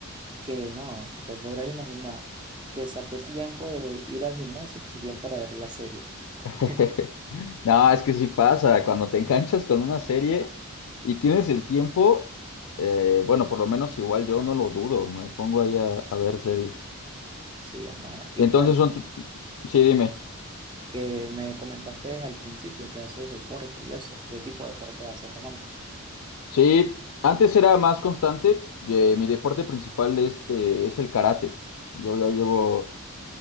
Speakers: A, on the right; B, on the left.
A: que no, te podrás imaginar que saqué tiempo de ir al gimnasio también para ver la serie.
B: <laughs>
A: <laughs>
B: No, es que sí pasa, cuando te enganchas con una serie y tienes el tiempo, eh, bueno, por lo menos igual yo no lo dudo, me pongo ahí a, a ver series.
A: Sí, hermano.
B: Y
A: Y
B: entonces
A: cuéntame,
B: son, tu- sí, dime,
A: que me comentaste al principio que haces deporte y eso. ¿Qué tipo de deporte haces, hermano?
B: sí, antes era más constante, eh, mi deporte principal este es el karate. Yo ya llevo,